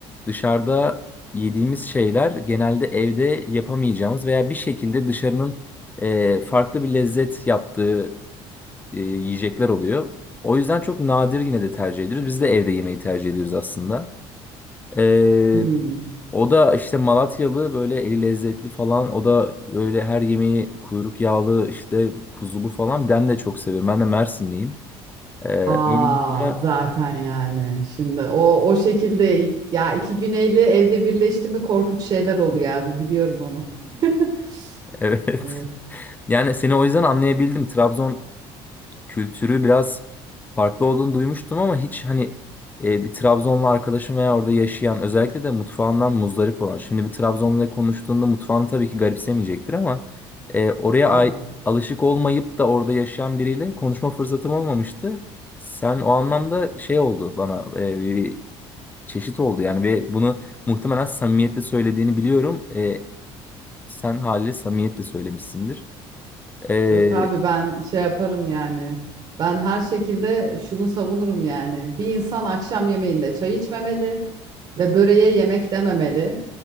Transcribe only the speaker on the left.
dışarıda yediğimiz şeyler genelde evde yapamayacağımız veya bir şekilde dışarının e, farklı bir lezzet yaptığı e, yiyecekler oluyor. O yüzden çok nadir yine de tercih ediyoruz. Biz de evde yemeyi tercih ediyoruz aslında. E,
o da işte Malatyalı böyle eli lezzetli falan. O da böyle her yemeği kuyruk yağlı işte kuzulu falan. Ben de çok seviyorum. Ben de Mersinliyim. Ee,
olunca-
<laughs> evet.
Yani seni o yüzden anlayabildim. Trabzon kültürü biraz farklı olduğunu duymuştum ama hiç hani e, bir Trabzonlu arkadaşım veya orada yaşayan özellikle de mutfağından muzdarip olan. Şimdi bir Trabzonluyla konuştuğunda mutfağını tabii ki garipsemeyecektir ama e, oraya
ay- alışık olmayıp da orada yaşayan biriyle konuşma fırsatım olmamıştı. Sen o anlamda şey oldu bana e, bir çeşit oldu yani ve bunu muhtemelen samimiyetle söylediğini biliyorum. E, Sen haliyle samimiyetle söylemişsindir. Ee,